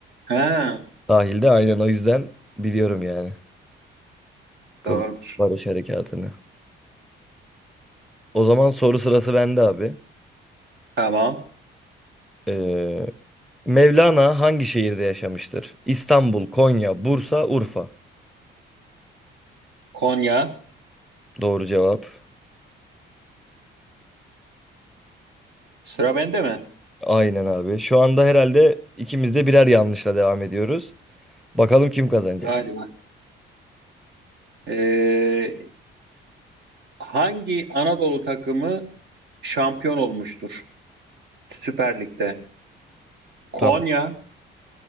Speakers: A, on the right; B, in the centre.
A: Ha,
B: Sahilde aynen o yüzden biliyorum yani. Kıbrıs
A: doğrudur.
B: Barış Harekatı'nı. O zaman soru sırası bende abi.
A: Tamam.
B: Ee, Mevlana hangi şehirde yaşamıştır? İstanbul, Konya, Bursa, Urfa.
A: Konya.
B: Doğru cevap.
A: Sıra bende mi?
B: Aynen abi. Şu anda herhalde ikimiz de birer yanlışla devam ediyoruz. Bakalım kim kazanacak.
A: Galiba. Ee, Hangi Anadolu takımı şampiyon olmuştur Süper Lig'de? Konya,
B: Tamam.